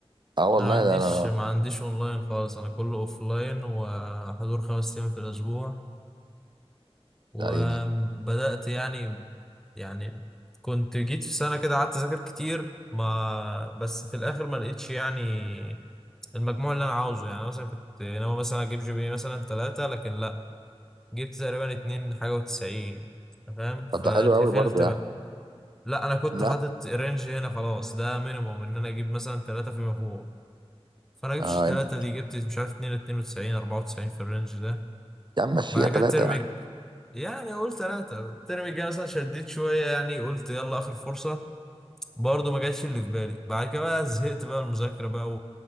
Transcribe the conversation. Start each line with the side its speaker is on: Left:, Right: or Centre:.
Right: اه والله
Centre: انا ما عنديش
Right: ده انا
Centre: ما عنديش اونلاين خالص انا كله اوفلاين وحضور خمس ايام في الاسبوع وبدأت
Right: يا عيني
Centre: يعني يعني كنت جيت في سنة كده قعدت اذاكر كتير ما بس في الاخر ما لقيتش يعني المجموع اللي انا عاوزه يعني مثلا كنت ناوي مثلا اجيب جي بي اي مثلا ثلاثة لكن لا جبت تقريبا اتنين حاجة وتسعين فاهم فاتقفلت
Right: طب ده حلو قوي برضه يعني
Centre: بقى لا انا كنت
Right: لا
Centre: حاطط رينج هنا خلاص ده مينيموم ان انا اجيب مثلا ثلاثة فيما فوق فانا جبتش
Right: آه
Centre: ثلاثة
Right: انت
Centre: دي جبت مش عارف 2 92 94 في الرينج ده
Right: يا عم مشيها
Centre: بعد كده
Right: ثلاثة
Centre: الترم
Right: يعني
Centre: يعني قلت ثلاثة الترم الجاي مثلا شديت شوية يعني قلت يلا اخر فرصة برضه ما جاتش اللي في بالي بعد كده بقى زهقت بقى المذاكرة بقى